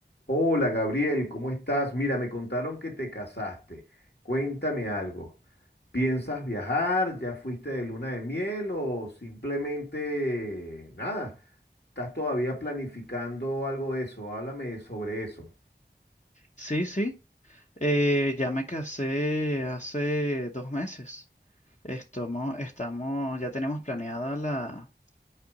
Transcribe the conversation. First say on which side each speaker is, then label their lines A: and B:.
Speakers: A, on the left (about 65°); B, on the left (about 40°).
A: Hola Gabriel, ¿cómo estás? Mira, me contaron que te casaste. Cuéntame algo. ¿Piensas viajar? ¿Ya fuiste de luna de miel o simplemente nada? ¿Estás todavía planificando algo de eso? Háblame sobre eso.
B: Sí, sí, eh, ya me casé hace dos meses. Estamos, estamos, ya tenemos planeada la,